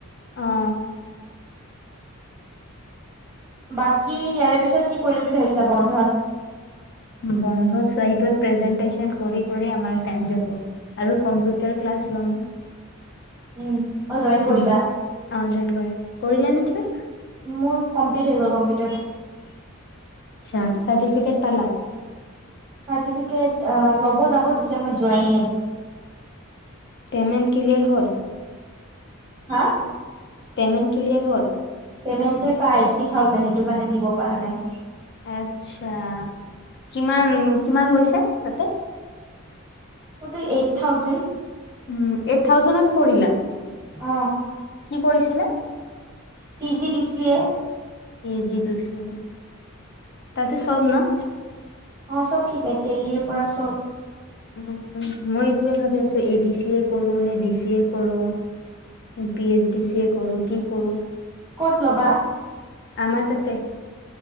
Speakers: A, on the left; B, on the right.
A: অ
B: বাকী ইয়াৰে পিছত কি কৰিম বুলি ভাবিছা বন্ধত?
A: বন্ধত চোৱা প্ৰেজেণ্টেছন কৰি কৰি আমাৰ টাইম যাব আৰু কম্পিউটাৰ ক্লাছ লম।
B: উম অ জইন কৰিবা
A: উম অ জইন কৰিম, কৰিলা নে তুমি?
B: মোৰ <unintelligible>
A: চাৰ্টিফিকেট পালা?
B: চাৰ্টিফিকেট ল'ব যাব দিছে মই যোৱাই নাই।
A: পেমেণ্ট ক্লিয়াৰ হ'ল?
B: হা।
A: পেমেণ্ট ক্লিয়াৰ হ'ল?
B: পেমেণ্টয়ে পায় থ্ৰী থাউজেণ্ড সেইটো কাৰণে দিব পৰা নাই।
A: আচ্ছা, কিমান কিমান গৈছে তাতে?
B: Total eight thousand.
A: উম এইট থাউজেণ্ডত কৰিলা?
B: অ।
A: কি কৰিছিলা।
B: পিজিডিচিএ।
A: পিজিডিচিএ তাতে চব নহ।
B: অ চব শিকাই তেলিৰ পৰা চব।
A: উ মই এইটোৱে ভাবি আছো এডিচিএ কৰোঁ নে ডিচিএ কৰো পিএইচডিচি এ কৰোঁ কি কৰোঁ।
B: ক'ত ল'বা?
A: আমাৰ তাতে।